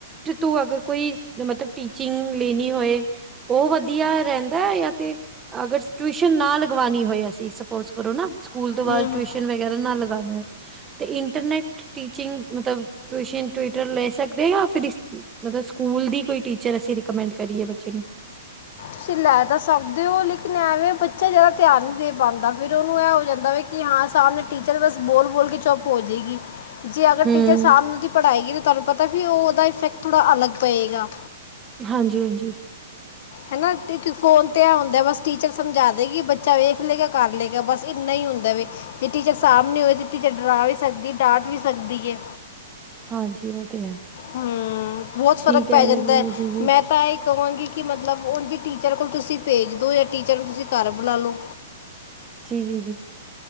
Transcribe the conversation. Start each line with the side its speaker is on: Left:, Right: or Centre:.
Right: ਤੂੰ ਅਗਰ ਕੋਈ ਮਤਲਬ ਟੀਚਿੰਗ ਲੇਨੀ ਹੋਏ। ਓ ਵਦੀਆ ਰੈਂਦਾ ਐ ਯਾ ਤੇ ਅਗਰ ਟਿਊਸ਼ਨ ਨਾ ਲਗਵਾਨੀ ਹੋਏ ਅਸੀ ਸਪੋਜ ਕਰੋ ਨਾ ਸਕੂਲ ਤੋ ਬਾਦ
Left: ਹੂੰ
Right: ਟਵੀਸ਼ਨ ਵਗੈਰਾ ਨਾ ਲਗਾਨੇ ਹੋਏ ਤੇ ਇੰਟਰਨੈਟ ਟੀਚਿੰਗ ਮਤਲਬ ਟਵੀਸ਼ਨ ਟਵਿਟਰ ਲੈ ਸਕਦੇ ਯਾ ਫਿਰ ਇਸ ਮਤਲਬ ਸਕੂਲ ਦੀ ਕੋਈ ਟੀਚਰ ਅਸੀ ਰਿਕਮੈਂਡ ਕਰੀਏ ਬੱਚੇ ਨੂੰ
Left: ਤੁਸੀਂ ਲੈ ਤਾ ਸਕਦੇ ਹੋ ਲੇਕਿਨ ਐਵੇਂ ਬੱਚਾ ਜਾਦਾ ਧਿਆਨ ਨੀ ਦੇ ਪਾਂਦਾ ਫੇਰ ਓਨੂੰ ਐ ਹੋ ਜਾਂਦਾ ਵੀ ਕਿ ਹਾਂ ਸਾਮਨੇ ਟੀਚਰ ਬਸ ਬੋਲ-ਬੋਲ ਕੇ ਚੁਪ ਹੋਜੇਗੀ। ਜੇ ਅਗਰ
Right: ਹੂੰ
Left: ਟੀਚਰ ਸਾਮਨੋ ਦੀ ਪੜਾਏਗੀ ਤਾ ਤਾਨੂੰ ਪਤਾ ਫਿਰ ਓਦਾ ਇਫੈਕਟ ਥੋੜਾ ਅਲਗ ਪਏਗਾ।
Right: ਹਾਂਜੀ- ਹਾਂਜੀ।
Left: ਹੈਨਾ ਫੋਨ ਤੇ ਐ ਹੁੰਦਾ ਬਸ ਟੀਚਰ ਸਮਝਾ ਦੇਗੀ ਬੱਚਾ ਵੇਖ ਲੇਗਾ ਕਰ ਲੇਗਾ ਬਸ ਇੰਨਾ ਈ ਹੁੰਦਾ ਵੇ। ਜੇ ਟੀਚਰ ਸਾਮਨੇ ਹੋਏ ਤੇ ਟੀਚਰ ਡਰਾ ਵੀ ਸਕਦੀ ਡਾਟ ਵੀ ਸਕਦੀ ਏ।
Right: ਹਾਂਜੀ ਓ ਤੇ ਹੈ।
Left: ਹੂੰ ਬੋਤ ਫ਼ਰਕ
Right: ਠੀਕ ਹੈ
Left: ਪੈ ਜਾਂਦੈ
Right: ਜੀ ਜੀ
Left: ਮੈ ਤਾ ਇੱਕ ਕਹਾਂਗੀ ਕਿ ਮਤਲਬ ਉਂਜ ਟੀਚਰ ਕੋਲ ਤੁਸੀ ਭੇਜ ਦੋ ਯਾ ਟੀਚਰ ਨੂੰ ਤੁਸੀ ਘਰ ਬੁਲਾ ਲੋ।
Right: ਜੀ- ਜੀ- ਜੀ